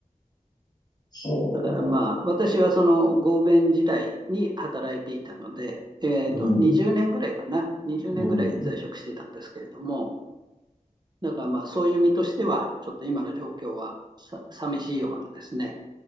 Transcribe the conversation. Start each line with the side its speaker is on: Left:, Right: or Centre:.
Left: そ
Right: だからまあ、私はその合弁時代に働いていたので、えーと、
Left: う。うん、
Right: 20年ぐらいかな、20年ぐらい在職してたんですけれども、
Left: うん。
Right: だからまあ、そういう身としては、ちょっと今の状況はさ寂しいようなですね、